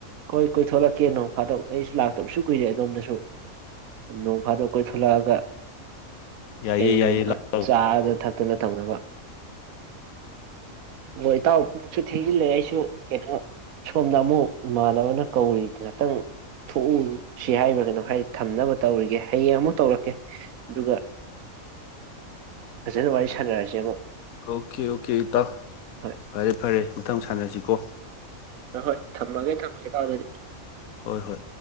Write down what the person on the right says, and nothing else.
ꯍꯣꯏ ꯀꯣꯏꯊꯂꯛꯀꯦ ꯅꯣꯡ ꯐꯥꯗꯣꯛ ꯑꯩ ꯂꯥꯛꯇꯕꯁꯨ ꯀꯨꯏꯔꯦ ꯑꯗꯣꯝꯗꯁꯨ ꯅꯣꯡ ꯐꯥꯗꯣꯛ ꯀꯣꯏꯊꯂꯛꯑꯒ
ꯀꯩ ꯅꯨꯡ
ꯆꯥꯗ ꯊ ꯐ ꯑꯗꯨꯅ ꯇꯧꯅꯕ ꯍꯣꯏ ꯏꯇꯥꯎ ꯄꯨꯡꯁꯨ ꯊꯤꯖꯤꯜꯂꯛꯑꯦ ꯑꯩꯁꯨ ꯀꯩꯅꯣ ꯁꯣꯝꯗ ꯑꯃꯨꯛ ꯏꯃꯥꯟꯅꯕꯅ ꯀꯧꯔꯤ ꯉꯍꯇꯪ ꯊꯣꯛꯎ ꯁꯤ ꯍꯥꯏꯕ ꯀꯩꯅꯣ ꯍꯥꯏꯗꯤ ꯊꯝꯅꯕ ꯇꯧꯔꯤꯒꯦ ꯍꯌꯦꯡ ꯑꯃꯨꯛ ꯇꯧꯔꯛꯀꯦ ꯑꯗꯨꯒ ꯐꯖꯅ ꯋꯥꯔꯤ ꯁꯥꯟꯅꯔꯁꯤ ꯑꯃꯨꯛ
ꯍꯣꯏ
ꯑ ꯍꯣꯏ ꯊꯝꯃꯒꯦ ꯊꯝꯃꯒꯦ ꯢꯇꯧ ꯑꯗꯨꯗꯤ